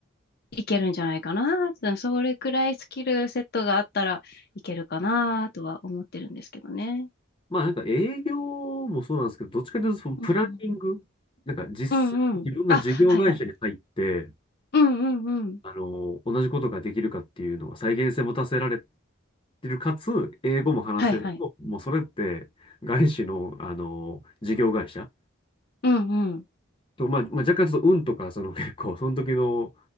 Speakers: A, on the left (about 50°); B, on the left (about 25°).
A: いけるんじゃないかな。それくらいスキルセットがあったらいけるかなとは思ってるんですけどね。
B: まあなんか営業もそうなんですけど、どっちかというとそのプランニング、
A: うん。
B: なんか実際自分が事業会社に入って、
A: うんうん。あ、はいはい。うんうんうん。
B: あの、同じことができるかっていうのは再現性持たせられてる、かつ、英語も話せると、
A: はいはい。
B: もうそれって、外資の、あの、事業会社
A: うんうん。
B: と、まあ、まあ、若干ちょっと運とか、その結構、その時の、